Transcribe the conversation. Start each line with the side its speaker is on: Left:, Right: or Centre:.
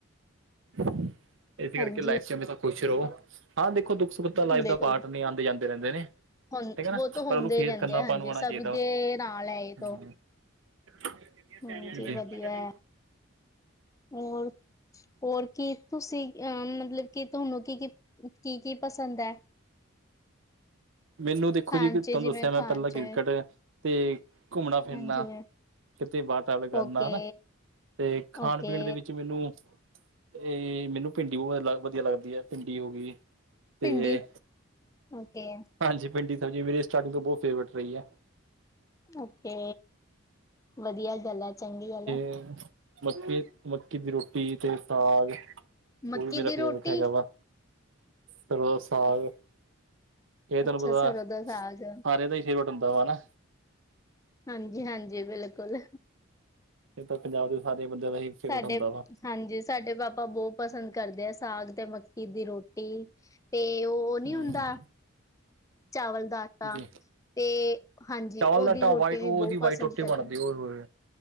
Right: <unintelligible> ਇਸ ਕਰਕੇ
Left: ਹਾਂਜੀ
Right: ਲਾਈਫ ਚ ਹਮੇਸ਼ਾ ਖੁਸ਼ ਰਹੋ ਹਾਂ ਦੇਖੋ ਦੁੱਖ ਸੁੱ ਖ ਲਾਈਫ
Left: ਬਿਲਕੁਲ
Right: ਦਾ ਪਾਟ ਨੇ ਆਂਦੇ ਜਾਂਦੇ ਰਹਿੰਦੇ ਨੇ।
Left: ਹੁਣ
Right: ਠੀਕ ਹੈ ਨਾ
Left: ਉਹ ਤਾਂ ਹੁੰਦੇ
Right: ਪਰ ਉਹਨੂੰ ਫੇਸ
Left: ਹੀ ਰਹਿੰਦੇ
Right: ਕਰਨਾ
Left: ਆ
Right: ਆਪਾਂ
Left: ਹਾਂਜੀ
Right: ਨੂੰ ਆਉਣਾ
Left: ਸਭ
Right: ਚਾਹੀਦਾ ਵਾ।
Left: ਦੇ ਨਾਲ ਹੈ ਇਹ
Right: <unintelligible>
Left: ਤੋਂ ਹਾਂਜੀ ਵਧੀਆ ਹੈ
Right: ਜੀ।
Left: ਹੋਰ, ਹੋਰ ਕੀ? ਤੁਸੀਂ ਅ ਮਤਲਬ ਕੀ ਤੁਹਾਨੂੰ ਕੀ-ਕੀ, ਕੀ-ਕੀ ਪਸੰਦ ਐ।
Right: ਮੈਨੂੰ ਦੇਖੋ
Left: ਖਾਣ
Right: ਜੀ ਤੁਹਾਨੂੰ
Left: ਚ ਜਿਵੇਂ
Right: ਦੱਸਿਆ ਮੈਂ
Left: ਖਾਣ
Right: ਪਹਿਲਾਂ ਕ੍ਰਿਕਟ
Left: ਚ
Right: ਤੇ ਘੁੰਮਣਾ-ਫਿਰਨਾ
Left: ਹਾਂਜੀ
Right: ਕਿਤੇ ਵਾਤਾਵਰ ਕਰਨਾ
Left: ਓਕੇ
Right: ਹਨਾ। ਤੇ ਖਾਣ
Left: ਓਕੇ
Right: ਪੀਣ ਦੇ ਵਿੱਚ ਮੈਨੂੰ ਇਹ ਮੈਨੂੰ ਭਿੰਡੀ ਵਧੀਆ ਲੱਗਦੀ ਐ ਭਿੰਡੀ ਹੋ ਗੀ। ਤੇ
Left: ਭਿੰਡੀ ਓਕੇ
Right: ਹਾਂਜੀ ਭਿੰਡੀ ਸਬਜ਼ੀ ਮੇਰੀ ਸਟਾਰਟਿੰਗ ਤੋਂ ਬੋਹਤ ਫੇਵਰੇਟ ਰਹੀ ਐ।
Left: ਓਕੇ ਵਧੀਆ ਗੱਲ ਐ, ਚੰਗੀ ਗੱਲ ਐ।
Right: ਤੇ ਮੱਕੀ-ਮੱਕੀ ਦੀ ਰੋਟੀ ਤੇ ਸਾਗ
Left: ਮੱਕੀ
Right: ਔਵੀ ਮੇਰਾ
Left: ਦੀ
Right: ਫੇਵਰੇਟ
Left: ਰੋਟੀ
Right: ਹੈਗਾ ਵਾ। ਫੇਰ ਉਹ ਸਾਗ ਇਹ ਤੁਹਾਨੂੰ
Left: ਅੱਛਾ
Right: ਪਤਾ
Left: ਸਰੋਂ ਦਾ ਸਾਗ
Right: ਸਾਰਿਆਂ ਦਾ ਹੀ ਈ ਵੋਟ ਹੁੰਦਾ ਆ ਨਾਂ।
Left: ਹਾਂਜੀ ਹਾਂਜੀ, ਬਿਲਕੁਲ।
Right: ਇਹ ਤਾਂ ਪੰਜਾਬ ਦੇ ਸਾਰੇ ਬੰਦਿਆਂ ਦਾ ਹੀ ਫੇਵਰੇਟ
Left: ਸਾਡੇ
Right: ਹੁੰਦਾ ਵਾ
Left: ਹਾਂਜੀ ਸਾਡੇ ਪਾਪਾ ਬੋਤ ਪਸੰਦ ਕਰਦੇ ਆ, ਸਾਗ ਤੇ ਮੱਕੀ ਦੀ ਰੋਟੀ। ਤੇ ਓ ਨੀਂ
Right: ਹੂੰ
Left: ਹੁੰਦਾ ਚਾਵਲ ਦਾ ਤਾਂ
Right: ਜੀ।
Left: ਤੇ ਹਾਂਜੀ
Right: ਚਾਵਲ ਦਾ
Left: ਓਦੀ
Right: ਆਟਾ
Left: ਰੋਟੀ
Right: ਵਾਈਟ
Left: ਵੀ
Right: ਉਹ
Left: ਬੋਤ
Right: ਉਹਦੀ
Left: ਪਸੰਦ
Right: ਵਾਈਟ ਰੋਟੀ
Left: ਕਰਦਾ।
Right: ਬਣਦੀ ਓਏ ਹੋਏ